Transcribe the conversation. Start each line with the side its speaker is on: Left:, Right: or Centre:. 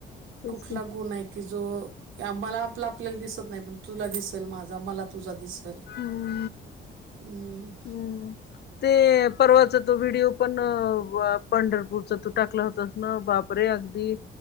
Left: तेच
Right: कुठला
Left: की
Right: गुण आहे. की जो मला आपला आपल्याला दिसत नाही, पण तुला दिसेल माझा, मला तुझा दिसेल.
Left: <unintelligible>
Right: हम्म.
Left: हम् ते परवाचा तो व्हिडिओ पण वा पंढरपूरचा तू टाकला होतास ना बापरे अगदी